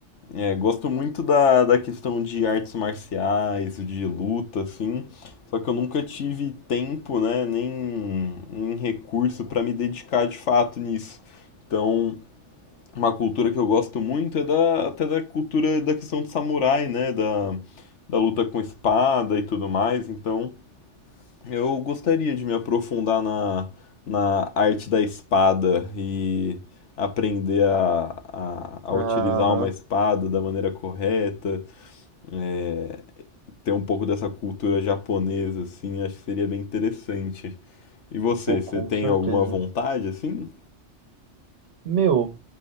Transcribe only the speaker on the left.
eh, gosto muito da, da questão de artes marciais, de luta, assim. Só que eu nunca tive tempo, né? Nem, nem recurso para me dedicar de fato nisso. Então, uma cultura que eu gosto muito é da, até da cultura da questão de samurai, né? Da, da luta com espada e tudo mais. Então. Eu gostaria de me aprofundar na, na arte da espada e aprender a, a, a
utilizar uma espada da maneira correta, é, ter um pouco dessa cultura japonesa, assim, acho que seria bem interessante. E você,
você tem
alguma vontade, assim?